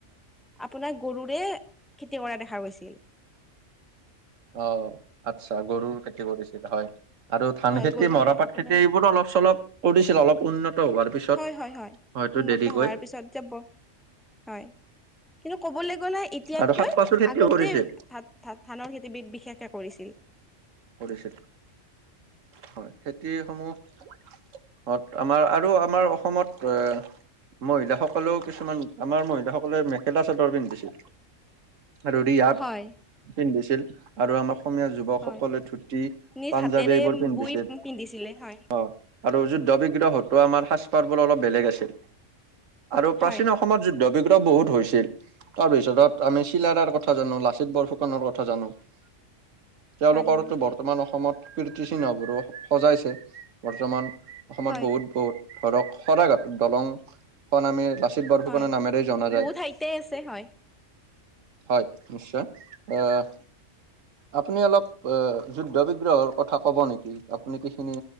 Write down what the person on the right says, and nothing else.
অ', আচ্ছা গৰুৰ খেতি কৰিছিল হয়। আৰু ধান
খেতি
মৰাপাট
খেতি এইবোৰো অলপ চলপ কৰিছিল। অলপ উন্নত হোৱাৰ পিছত
হয়তো
দেৰিকৈ
আৰু শাক পাচলি খেতিও
কৰিছিল
কৰিছিল হয় খেতিসমূহ অ', অত আমাৰ আৰু আমাৰ অসমত এ মহিলাসকলেও কিছুমান আমাৰ মহিলাসকলে মেখেলা চাদৰ পিন্ধিছিল। আৰু ৰিহা
পিন্ধিছিল আৰু আমাৰ অসমীয়া যুৱকসকলে
ধুতি
পাঞ্জাৱী
এইবোৰ পিন্ধিছিল।
অ', আৰু যুদ্ধ বিগ্ৰহ হতো আমাৰ সাজ পাৰবোৰ বেলেগ আছিল আৰু প্ৰাচীন
অসমত যুদ্ধ বহুত হৈছিল। তাৰভিতৰত আমি চিলাৰায়ৰ কথা জানো, লাচিত বৰফুকনৰ কথা জানো। <inaudible>
কৰোতো
বৰ্তমান অসমত কীৰ্তিচিহ্নবোৰো সজাইছে। বৰ্তমান অসমত
বহুত বহুত ধৰক শৰাঘাটৰ দলং খন আমি লাচিত বৰফুকনৰ
নামেৰে জনা
যায়।
হয়, নিশ্চয় আহ আপুনি অলপ অ', যুদ্ধ বিগ্ৰহৰ কথা ক'ব নেকি? আপুনি কিখিনি